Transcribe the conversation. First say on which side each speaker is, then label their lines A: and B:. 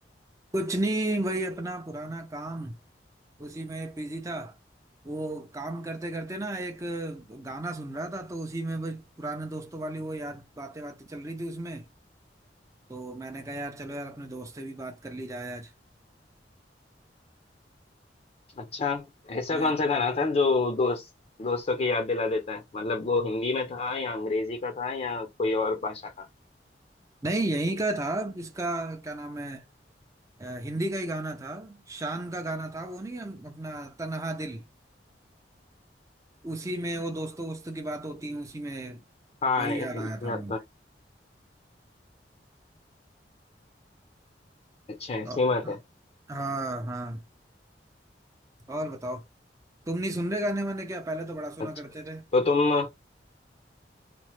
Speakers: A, on the right; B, on the left.
A: कुछ नहीं वही अपना पुराना काम उसी में बिजी था वो काम करते करते ना एक गाना सुन रहा था तो उसी में बस पुराने दोस्तों वाली वो याद बातें बातें चल रही थी उसमें तो मैंने कहा यार चलो यार अपने दोस्त से भी बात कर ली जाए आज
B: अच्छा ऐसा
A: हाँ।
B: कौन सा गाना था जो दोस्त दोस्तों की याद दिला देता है मतलब वो हिंदी में था या अंग्रेजी का था या कोई और भाषा का
A: नहीं यहीं का था इसका क्या नाम है अ, हिंदी का ही गाना था शान का गाना था वो नहीं हम अपना तन्हा दिल उसी में वो दोस्तों वोस्तों की बात होती है उसी में
B: हाँ
A: वही
B: याद
A: याद
B: तो
A: आया था
B: है
A: मुझे
B: अच्छा ऐसी
A: अ,
B: बात है
A: हाँ हाँ और बताओ तुम नहीं सुन रहे गाने वाने क्या पहले तो बड़ा सुना
B: अच्छा
A: करते थे
B: तो तुम